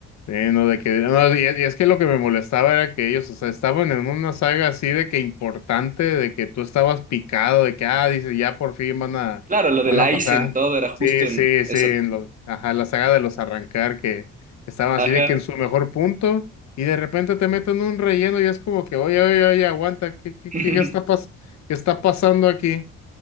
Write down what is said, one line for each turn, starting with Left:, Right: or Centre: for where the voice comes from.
Left: sí, no, de que, no, y, es y es que lo que me molestaba era que ellos, o sea, estaban en una saga así de que importante, de que tú estabas picado, de que, ah, dice, ya por fin van a,
Right: Claro, lo del
Left: van
Right: Aizen,
Left: a pasar.
Right: todo era justo
Left: Sí,
Right: en
Left: sí,
Right: esa.
Left: sí, en los, ajá, la saga de los arrancar, que estaban
Right: Ajá.
Left: así de que en su mejor punto, y de repente te meten un relleno y es como que, oye, oye, oye, aguanta, ¿qué, qué,
Right: <laughs>
Left: qué está pas, qué está pasando aquí?